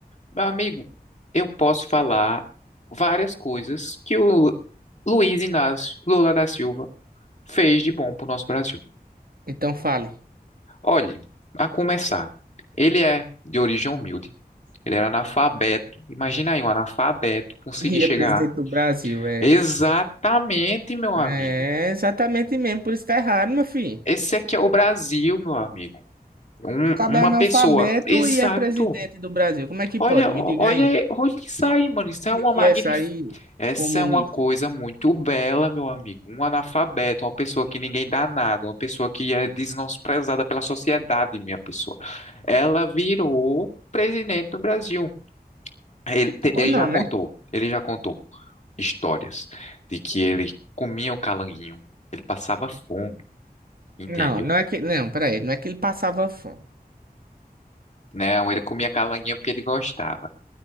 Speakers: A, on the left; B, on the right.
A: Meu amigo, eu posso falar várias coisas que o Luiz Inácio Lula da Silva fez de bom pro nosso Brasil.
B: Então fale.
A: Olhe, a começar, ele é de origem humilde, ele era analfabeto. Imagina aí um analfabeto conseguir
B: E
A: chegar.
B: é presidente do Brasil, é.
A: Exatamente, meu
B: É
A: amigo.
B: exatamente mesmo, por isso tá errado, meu filho.
A: Esse aqui é o Brasil, meu amigo. Um-
B: Cabo
A: uma
B: é analfabeto
A: pessoa, exato.
B: e é presidente do Brasil. Como é que
A: Olha,
B: pode? Me
A: olha,
B: diga aí.
A: olha isso aí, mano. Isso
B: Explique
A: é uma magnificência.
B: essa aí,
A: Essa
B: comunista.
A: é uma coisa muito bela, meu amigo. Um analfabeto, uma pessoa que ninguém dá nada, uma pessoa que é desprezada pela sociedade, minha pessoa. Ela virou presidente do Brasil. Ele, te-
B: Ou
A: ele
B: não,
A: já contou,
B: né?
A: ele já contou histórias de que ele comia o calanguinho, ele passava fome, entendeu?
B: Não, não é que. Não, peraí. Não é que ele passava fome.
A: Não, ele comia calanguinho porque ele gostava.